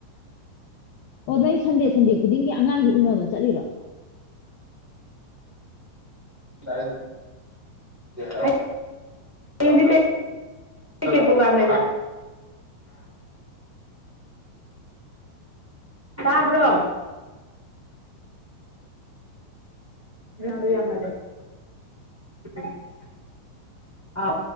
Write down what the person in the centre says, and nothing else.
ꯇ ꯌꯥ <inaudible> ꯍꯌꯦꯡꯗꯤ ꯀꯩꯀꯩ ꯄꯔꯣꯒ꯭ꯔꯝ ꯂꯩꯒꯦ ꯇꯥꯕ꯭ꯔꯣ ꯪ ꯌꯥꯝꯃ ꯂꯩꯦ <inaudible> ꯑꯥꯎ